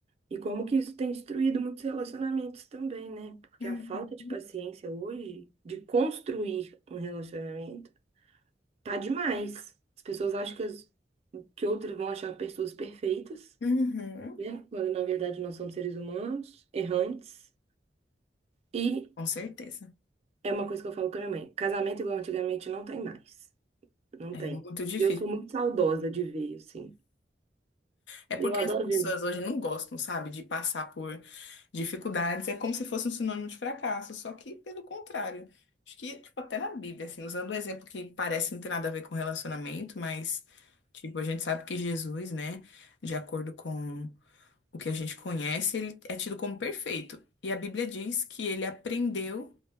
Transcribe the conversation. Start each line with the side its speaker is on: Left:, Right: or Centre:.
Right: E como que isso tem destruído muitos relacionamentos também, né? Porque
Left: Uhum.
Right: a falta de paciência hoje de construir um relacionamento Tá demais. As pessoas acham que, as- que outras vão achar pessoas perfeitas,
Left: Uhum.
Right: né? Quando na verdade nós somos seres humanos, errantes. E
Left: Com certeza.
Right: é uma coisa que eu falo com a minha mãe: casamento igual antigamente não tem mais. Não
Left: É
Right: tem.
Left: muito difícil.
Right: E eu sou muito saudosa de ver, assim.
Left: É porque
Right: Eu adoro
Left: as pessoas
Right: ver.
Left: hoje não gostam, sabe, de passar por dificuldades. É como se fosse um sinônimo de fracasso, só que pelo contrário. Acho que, tipo, até na Bíblia, assim, usando um exemplo que parece não ter nada a ver com relacionamento, mas, tipo, a gente sabe que Jesus, né, de acordo com o que a gente conhece, ele é tido como perfeito. E a Bíblia diz que ele aprendeu